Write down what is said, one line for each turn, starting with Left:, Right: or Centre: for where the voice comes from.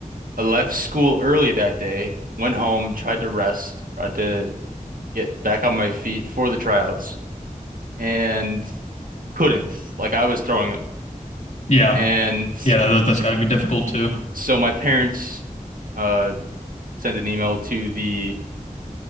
Right: I left school early that day, went home, tried to rest, tried to get back on my feet for the tryouts, and couldn't. Like I was throwing up.
Left: Yeah,
Right: And
Left: yeah, that, that's got to be difficult too.
Right: so my parents uh, sent an email to the